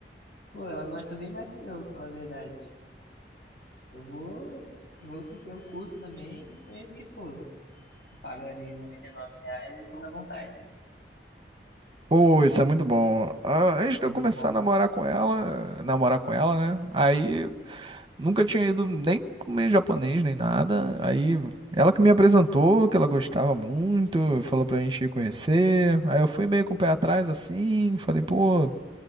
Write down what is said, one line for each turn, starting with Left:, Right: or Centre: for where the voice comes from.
Left: Pô, ela gosta bem mais que eu, falar a verdade. Eu vou, eu vou porque eu curso também, e também porque, pô, você paga ali 99 reais e come à vontade.
Right: Pô, isso é muito bom. Ah, Antes de
Left: Muito
Right: eu começar
Left: bom.
Right: a namorar com ela, namorar com ela, né? Aí nunca tinha ido nem comer japonês nem nada. Aí ela que me apresentou, que ela gostava muito, falou pra gente ir conhecer. Aí eu fui meio com o pé atrás assim, falei, pô,